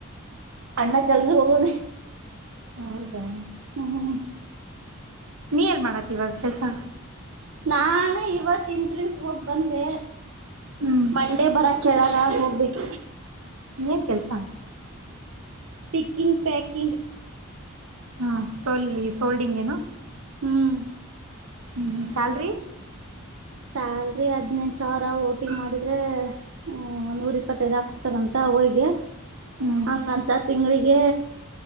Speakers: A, on the right; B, on the right.
A: ಅಣ್ಣ ಕೆಲ್ಸ ಹೋಗಣ
B: ಹೌದಾ
A: ಹ್ಮ ಹ್ಮ್ ಹ್ಮ್
B: ನೀ ಎಲ್ ಮಾಡತ್ತಿ ಇವಾಗ ಕೆಲ್ಸಾ.
A: ನಾನ ಇವತ್ ಇಂಟ್ರವ್ಯೂ ಹೋಗ್ ಬಂದೆ
B: ಹ್ಮ್
A: ಮಂಡೇ ಬರಾ ಕೇಳಾರಾಗ್ ಹೋಗ್ಬೇಕ
B: ಏನ್ ಕೆಲ್ಸಾ.
A: Picking packing.
B: ಹಾ ಸಲ್ಲಿ ಸೋಲ್ಡಿಗೇನು
A: ಹ್ಮ್
B: ಹ್ಮ ಸ್ಯಾಲ್ರಿ
A: ಸ್ಯಾಲ್ರಿ ಹದ್ನೆಂಟ ಸಾವಿರ ಓಟಿ ಮಾಡಿದ್ರೆ ಹ ನೂರ ಇಪ್ಪತ್ತೈದ್ ಹಾಕ ಕೊಡ್ತಾರಂತ ಅವಿಗೆ
B: ಹ್ಮ್
A: ಹಂಗಂತ ತಿಂಗಳಿಗೆ